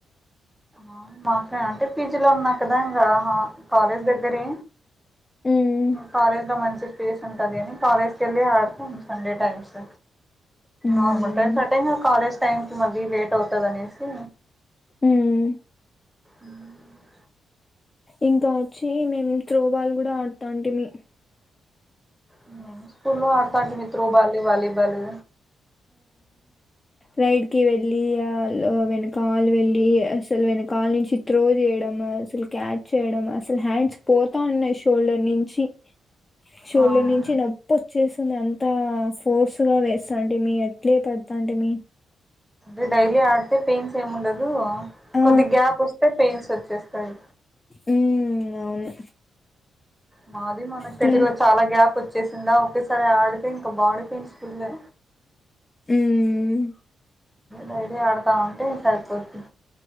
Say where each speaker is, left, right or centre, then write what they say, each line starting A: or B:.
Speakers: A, in the centre; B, on the left (about 20°).
A: ఆ మాక అంటే పీజీలో ఉన్నా కదా ఇంగ హ కాలేజ్ దగ్గరే
B: హ్మ్.
A: నువ్ కాలేజ్ల మంచిగ పేస్ ఉంటది అని కాలేజ్ క వెళ్ళి ఆడ్తాం సండే టైమ్స్
B: హ్మ్.
A: నార్మల్ టైమ్ కటైన్ గ కాలేజ్ టైమ్కి మళ్ళీ లేట్ అవుతది అనేసి
B: ఉమ్
A: ఉమ్
B: ఇంకా వచ్చి మేం త్రోబాల్ కూడా అడ్తంటిమి
A: ఉమ్ ఉహు స్కూల్లో ఆడుాంటమి త్రో బాల్య వాాలి దలు
B: రైడ్కి వెళ్ళి కాల్ వెనకాల వెళ్ళి అసల్ వెనకాల నుంచి త్రో చేయడం అసలు క్యాచ్ చేయడం అసలు హ్యాండ్స్ పోత ఉన్నాయి షూ షోల్డర్ నుంచి షోల్డర్
A: ఆ
B: నుంచి నొప్ప వచ్చేసింది అంతా స్ దోస్త్ గా వేస్తా అంటె మీ ఎట్లే పద్ తాంటేమీ
A: అ డైలీ ఆడతే పెయిన్స్ ఏముండదు
B: ఆ
A: కొద్ది గ్యాప్ వస్తే పెయిన్స్ వచ్చేస్తాయి
B: ఉమ్ అవును
A: మాది మన చెటి
B: ప్లే
A: లో చాలా గ్యాప్ వచ్ వచ్చేసిందా ఒకేసారి ఆడితే ఇంకా బాడీ పెయిన్స్ ఫుల్లు
B: ఉమ్
A: డైలీ ఆడతాంటే సరిపోద్ది